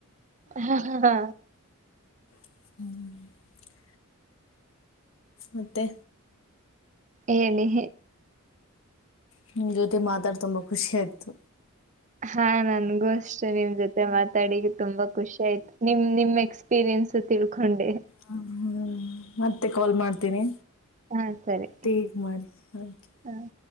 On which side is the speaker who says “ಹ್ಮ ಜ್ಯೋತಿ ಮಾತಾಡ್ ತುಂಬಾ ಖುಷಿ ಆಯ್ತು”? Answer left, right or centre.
Left